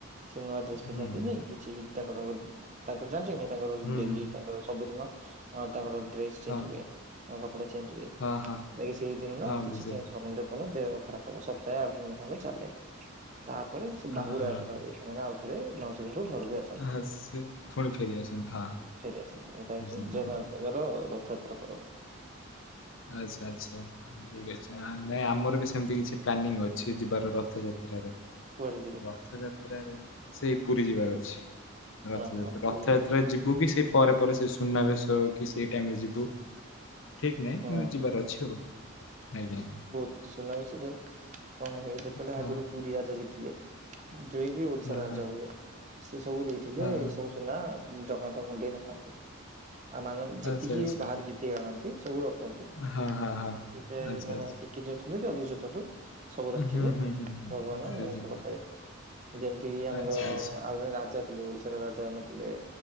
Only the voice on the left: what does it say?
ହୁଁ ହୁଁ।
ହୁଁ
ହୁଁ
ହଁ
ହଁ ହଁ
ହଁ
ବୁଝିଲି
ହଁ
ହଁ ହଁ।
ହଁ ସେ ପୁଣି ଫେରି ଆସନ୍ତି ହଁ
ବୁଝିଲି।
ଆଛା ଆଛା ଠିକ ଅଛି ଆମେ ଆମର ବି ସେମିତି କିଛି ପ୍ଲାନିଂ ଅଛି ଯିବାର ରଥଯାତ୍ରାରେ
ରଥଯାତ୍ରାରେ ସେ ପୁରୀ ଯିବାର ଅଛି ରଥଯାତ୍ରା
ରଥଯାତ୍ରା
ଯିବୁ କି ସେ ପରେ ପରେ ସେ ସୁନାବେଶ କି ସେଇ ଟାଇମରେ ଯିବୁ ଠିକ୍ ନାହିଁ
କିନ୍ତୁ ଯିବାର ଅଛି ଆଉ ଆଜ୍ଞା ଆଜ୍ଞା।
ହଁ
ହଁ
ହଁ।
ହଁ ହଁ
ଆଚ୍ଛା
ଆଚ୍ଛା
ହଁ ହଁ ହଁ।
ଆଚ୍ଛା
ଆଚ୍ଛା
ହୁଁ ହୁଁ ହୁଁ ହୁଁ
ବୁଝିଲି
ଆଚ୍ଛା ଆଚ୍ଛା।